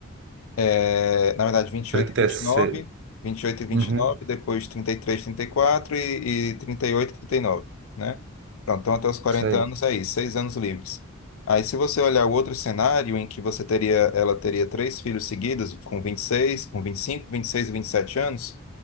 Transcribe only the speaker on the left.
é, na verdade, vinte e
oito e vinte e nove vinte vinte e oito e vinte
e oito nove depois trinta e três trinta e, quatro e e trinta e oito e trinta e nove né? Pronto, então até os quarenta
anos é isso, seis anos livres. Aí, se você olhar o outro cenário em que você teria, ela teria três filhos seguidos, com vinte e seis com vinte e cinco vinte e seis e vinte e sete anos,